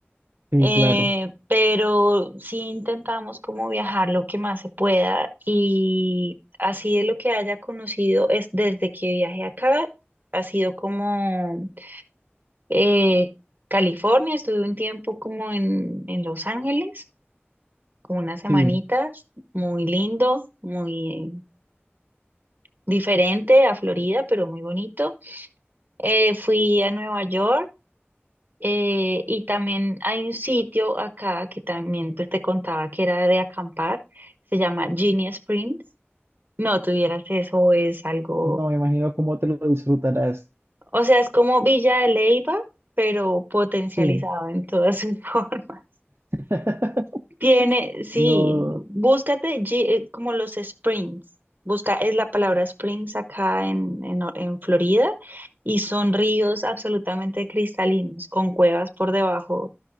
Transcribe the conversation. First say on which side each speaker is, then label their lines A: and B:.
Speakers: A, on the right (about 65°); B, on the right (about 45°).
A: Sí,
B: Eh,
A: claro,
B: pero sí intentamos como viajar lo que más se pueda y así de lo que haya conocido es desde que viajé acá, ha sido como eh, California, estuve un tiempo como en, en Los Ángeles, como unas semanitas,
A: sí.
B: muy lindo, muy diferente a Florida, pero muy bonito. Eh, fui a Nueva York Eh, y también hay un sitio acá que también pues, te contaba que era de acampar, se llama Genie Springs. No tuvieras eso, es algo,
A: No, me imagino cómo te lo disfrutarás.
B: o sea, es como Villa de Leyva, pero potencializado
A: Sí.
B: en todas sus <laughs> formas.
A: <laughs>
B: Tiene, sí,
A: No.
B: búscate G- eh, como los Springs. Busca, es la palabra Springs acá en, en, O- en Florida y son ríos absolutamente cristalinos, con cuevas por debajo,